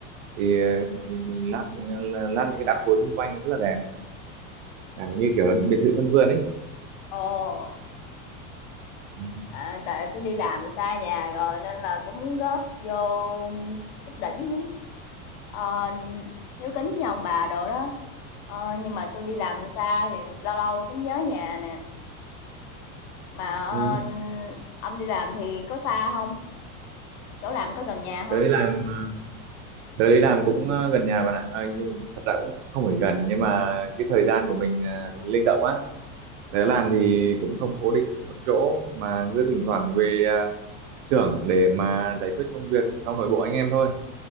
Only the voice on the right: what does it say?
thì ờ, mình mình lát những lát những cái đá khối xung quanh rất là đẹp cảm như kiểu là biệt thự sân vườn ấy
ừ.
Ừ.
Tới làm Tớ đi làm cũng ờ, gần nhà bạn ạ. À, nhưng thật ra cũng không phải gần nhưng mà cái thời gian của mình ờ, linh động á. Tớ làm thì cũng không cố định một chỗ mà cứ thỉnh thoảng về ờ, xưởng để mà giải quyết công việc trong nội bộ anh em thôi.